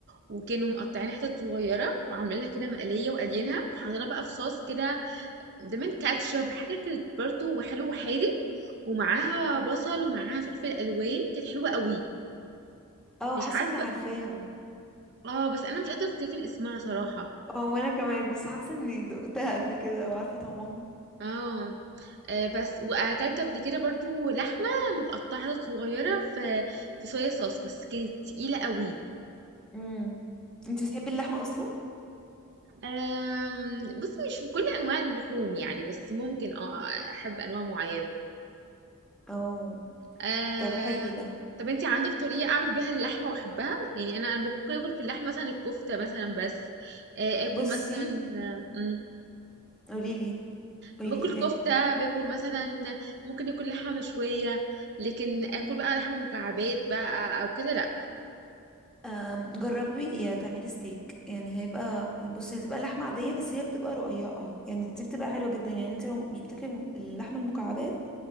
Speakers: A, on the right; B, in the centre.
A: وكانوا مقطعين حتت صغيره وعاملين لها كده مقليه وقالينها وحاطينها بقى في صوص كده دمن كاتشب حاجة كانت برضه وحلو وحادق ومعاها بصل ومعاها فلفل ألوان كانت حلوة قوي
B: اه
A: مش
B: حاسة
A: عارفة
B: اني عارفاها
A: اه بس أنا مش قادرة أفتكر اسمها صراحة
B: اه وانا كمان بس حاسة اني دقتها قبل كده او عارفة طعمها
A: اه آه، بس وأكلت قبل كده برضه لحمة متقطعة صغيرة في في صويا صوص بس كانت تقيلة قوي
B: امم انتي بتحبي اللحمة اصلا
A: آم، بصي مش في كل أنواع اللحوم يعني بس ممكن اه آه، أحب أنواع معينة
B: اه
A: آه...
B: طب حلو ده
A: طب انت عندك طريقة اعمل بيها اللحمة واحبها يعني انا أنا ممكن اكل في اللحمة مثلا الكفتة مثلا بس آه... اكل
B: بصي
A: مثلا مم،
B: قوليلي قوليلي
A: باكل
B: ايه تاني
A: كفتة باكل مثلا ممكن اكل لحمة مشوية لكن اكل بقى لحمة مكعبات بقى او كده لا
B: أم، جربي تعملي ستيك يعني هيبقى بصي هتبقى لحمة عادية بس هي بتبقى رقيقة يعني دي بتبقى حلوة جدا يعني انت لو مش بتاكلي من اللحمة المكعبات